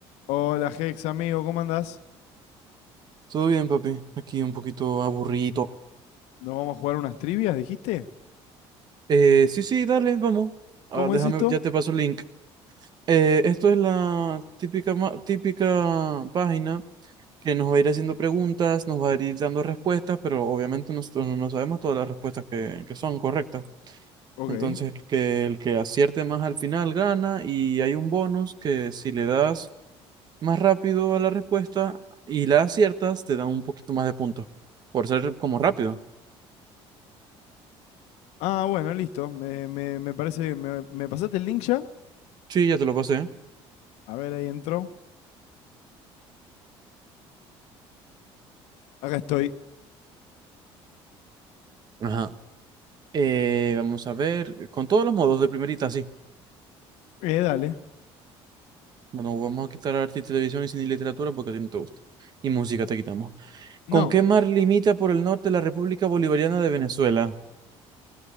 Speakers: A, on the left; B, on the right.
A: Hola Hex, amigo, ¿cómo andás?
B: Todo bien, papi. Aquí un poquito aburrido.
A: ¿Nos vamos a jugar unas trivias, dijiste?
B: Eh, sí, sí, dale, vamos.
A: ¿Cómo
B: Ah, déjame,
A: es esto?
B: ya te paso el link. Eh, esto es la típica, ma- típica página que nos va a ir haciendo preguntas, nos va a ir dando respuestas, pero obviamente nosotros no no sabemos todas las respuestas que, que son correctas.
A: Ok.
B: Entonces, el que, el que acierte más al final gana y hay un bonus que si le das más rápido a la respuesta y la aciertas, te dan un poquito más de puntos por ser como rápido.
A: Ah, bueno, listo. Me, me- me parece bien. ¿Me, me pasaste el link ya?
B: Sí, ya te lo pasé.
A: A ver, ahí entró. Acá estoy.
B: ajá Eh, vamos a ver, con todos los modos de primerita, sí.
A: Eh, dale.
B: Bueno, vamos a quitar arte y televisión y cine y literatura porque a ti no te gusta. Y música te quitamos.
A: No,
B: ¿Con qué mar limita por el norte la República Bolivariana de Venezuela?